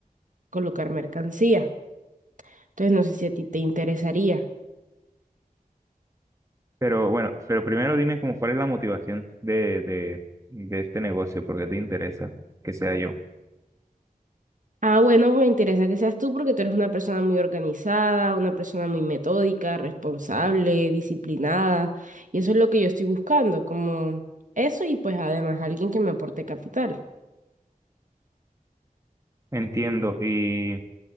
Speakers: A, on the right; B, on the right.
A: colocar mercancía. Entonces no sé si a ti te interesaría.
B: Pero bueno, pero primero dime como cuál es la motivación de, de, de este negocio, porque te interesa que sea yo.
A: Ah, bueno, me interesa que seas tú porque tú eres una persona muy organizada, una persona muy metódica, responsable, disciplinada. Y eso es lo que yo estoy buscando, como eso y pues además alguien que me aporte capital.
B: Entiendo. Y